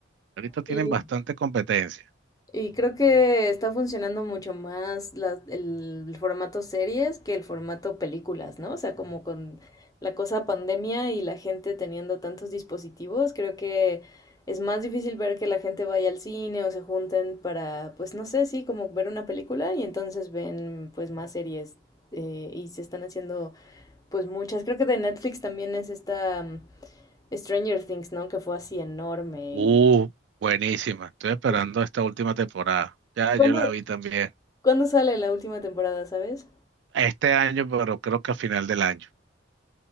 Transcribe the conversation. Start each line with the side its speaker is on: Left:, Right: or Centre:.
Right: Ahorita tienen
Left: Sí.
Right: bastante competencia.
Left: Y creo que está funcionando mucho más la- el formato series que el formato películas, ¿no? O sea, como con la cosa pandemia y la gente teniendo tantos dispositivos, creo que es más difícil ver que la gente vaya al cine o se junten para, pues no sé, sí, como ver una película y entonces ven pues más series eh, y se están haciendo pues muchas. Creo que de Netflix también es esta mm, Stranger Things, ¿no? Que fue así enorme
Right: Uh,
Left: y...
Right: buenísima. Estoy esperando
Left: pues,
Right: esta última temporada. Ya
Left: ¿Cuándo,
Right: yo la vi también.
Left: cuándo sale la última temporada, sabes?
Right: Este año, pero creo que a final del año.